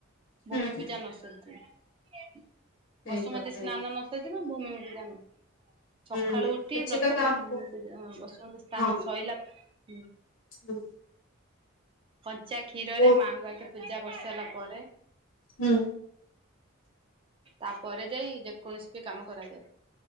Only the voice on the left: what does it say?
ହୁଁ
ସେଇଟା
ସେଇଟା
ହୁଁ
କିଛି
ତ କାମ
ହଁ
ହୁଁ।
ଓ
ହୁଁ